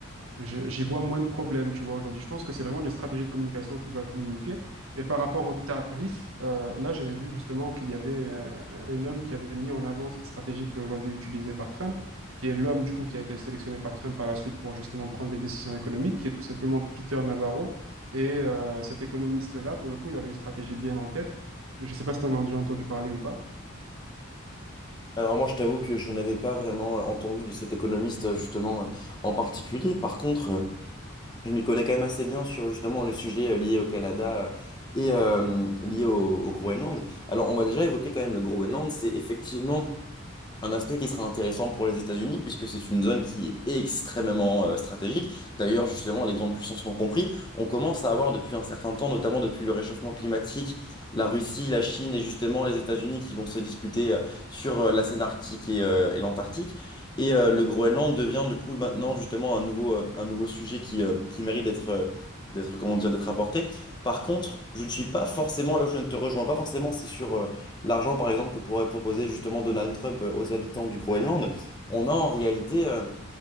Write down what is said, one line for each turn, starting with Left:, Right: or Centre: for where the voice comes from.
Right: je- J'y vois moins de problèmes, tu vois, aujourd'hui. Je pense que c'est vraiment les stratégies de communication qui va communiquer. Et par rapport aux tarifs, euh, là, j'avais vu justement qu'il y avait euh, un homme qui avait mis en avant cette stratégie qui est aujourd'hui utilisée par Trump, qui est l'homme, du coup, qui a été sélectionné par Trump par la suite pour justement prendre les décisions économiques, qui est tout simplement Peter Navarro. Et euh, cet économiste-là, pour le coup, il avait une stratégie bien en tête. Je ne sais pas si tu en as déjà entendu parler ou pas.
Left: Alors moi, je t'avoue que je n'avais pas vraiment entendu de cet économiste euh, justement euh, en particulier. Par contre, euh, Je m'y connais quand même assez bien sur justement le sujet euh, lié au Canada euh, et euh, lié au, au Groenland. Alors, on va déjà évoquer quand même le Groenland. C'est effectivement un aspect qui sera intéressant pour les États-Unis, puisque c'est une zone qui est extrêmement euh, stratégique. D'ailleurs, justement, les grandes puissances l'ont compris. On commence à avoir depuis un certain temps, notamment depuis le réchauffement climatique, la Russie, la Chine et justement les États-Unis qui vont se disputer euh, sur euh, la scène arctique et, euh, et l'Antarctique. Et euh, le Groenland devient du coup maintenant justement un nouveau, euh, un nouveau sujet qui, euh, qui mérite d'être, euh, d'être, comment dire, d'être apporté. Par contre, je ne suis pas forcément là où je ne te rejoins pas forcément, c'est sur euh, l'argent, par exemple, que pourrait proposer justement Donald Trump euh, aux habitants du Groenland, on a en réalité euh,